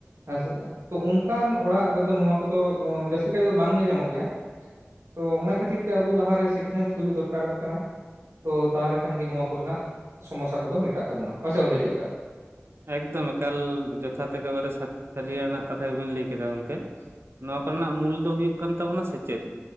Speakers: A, on the right (about 85°); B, on the right (about 60°).
A: ᱦᱮᱸ <inaudible> ᱛᱚ ᱩᱱᱠᱩ ᱱᱚᱝᱠᱟᱱ ᱚᱲᱟᱜ ᱨᱮᱫᱚ ᱱᱚᱣᱟ ᱠᱚᱫᱚ ᱡᱟᱹᱥᱛᱤ ᱠᱟᱭ ᱛᱮ ᱫᱚ ᱵᱟᱝ ᱧᱮᱞ ᱧᱟᱢᱚᱜ ᱜᱮᱭᱟ ᱛᱚ ᱚᱱᱟ ᱠᱷᱟᱹᱛᱤᱨ ᱛᱮ ᱟᱵᱚ ᱞᱟᱦᱟᱨᱮ ᱥᱤᱠᱷᱱᱟᱹᱛ ᱦᱩᱭᱩᱜ ᱫᱚᱨᱠᱟᱨᱚᱜ ᱠᱟᱱᱟ ᱛᱚ ᱛᱟᱦᱚᱞᱮ ᱠᱷᱟᱱ ᱜᱮ ᱱᱚᱣᱟ ᱠᱚᱨᱮᱱᱟᱜ ᱥᱚᱢᱚᱥᱥᱟ ᱠᱚᱫᱚ ᱢᱮᱴᱟᱜ ᱛᱟᱵᱚᱱᱟ ᱦᱚᱭ ᱥᱮ ᱜᱚᱝᱠᱮ ᱪᱮᱫ ᱞᱮᱠᱟ?
B: ᱮᱠᱫᱚᱢ ᱮᱠᱟᱞ ᱡᱚᱛᱷᱟᱛ ᱮᱠᱮᱵᱟᱨᱮ ᱥᱟᱹᱨᱤᱭᱟᱱᱟᱜ ᱠᱟᱛᱷᱟ ᱜᱮᱵᱤᱱ ᱞᱟᱹᱭ ᱠᱮᱫᱟ ᱜᱚᱝᱠᱮ ᱱᱚᱣᱟ ᱠᱚᱨᱮᱱᱟᱜ ᱢᱩᱞ ᱫᱚ ᱦᱩᱭᱩᱜ ᱠᱟᱱ ᱛᱟᱵᱚᱱᱟ ᱥᱮᱪᱮᱫ᱾